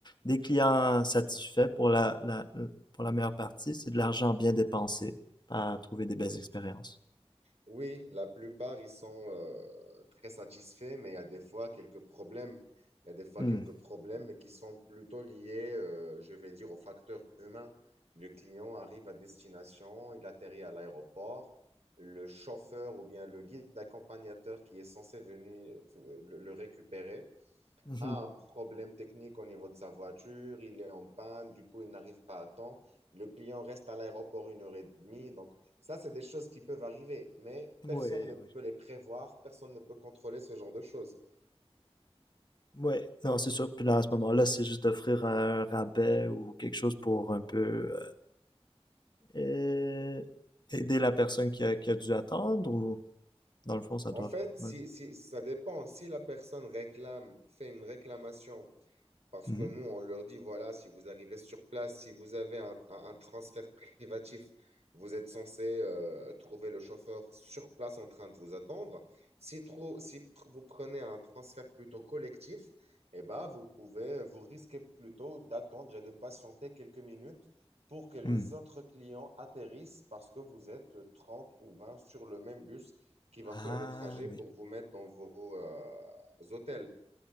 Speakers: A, on the left; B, on the right.
A: des clients satisfaits pour la, la- pour la meilleure partie. C'est de l'argent bien dépensé à trouver des belles expériences.
B: Oui, la plupart, ils sont euh, très satisfaits, mais il y a des fois quelques problèmes. Il y a des fois
A: Hmm.
B: quelques problèmes, mais qui sont plutôt liés, euh, je vais dire, aux facteurs humains. Le client arrive à destination, il atterrit à l'aéroport. Le chauffeur ou bien le guide accompagnateur qui est censé venir euh, le le récupérer
A: Mhm.
B: a un problème technique au niveau de sa voiture, il est en panne, du coup, il n'arrive pas à temps. Le client reste à l'aéroport une heure et demie. Donc, ça, c'est des choses qui peuvent arriver, mais
A: Ouais,
B: personne ne
A: ouais.
B: peut les prévoir, personne ne peut contrôler ce genre de choses.
A: Ouais, non, c'est sûr. Puis là, à ce moment-là, c'est juste d'offrir un rabais ou quelque chose pour un peu euh, euh, aider la personne qui a, qui a dû attendre ou... Dans le fond, ça
B: En
A: doit.
B: fait, si,
A: ouais.
B: si- ça dépend. Si la personne réclame, fait une réclamation Parce
A: Mhm.
B: que nous, on leur dit, voilà, si vous arrivez sur place, si vous avez un, un- un transfert privatif, vous êtes censé euh, trouver le chauffeur sur place en train de vous attendre. Si, trop, si pr- vous prenez un transfert plutôt collectif, eh ben, vous pouvez, vous risquez plutôt d'attendre et de patienter quelques minutes pour que les
A: Hmm.
B: autres clients atterrissent parce que vous êtes 30 ou 20 sur le même bus qui va
A: Ah
B: faire le trajet
A: oui.
B: pour vous mettre dans vos euh, hôtels.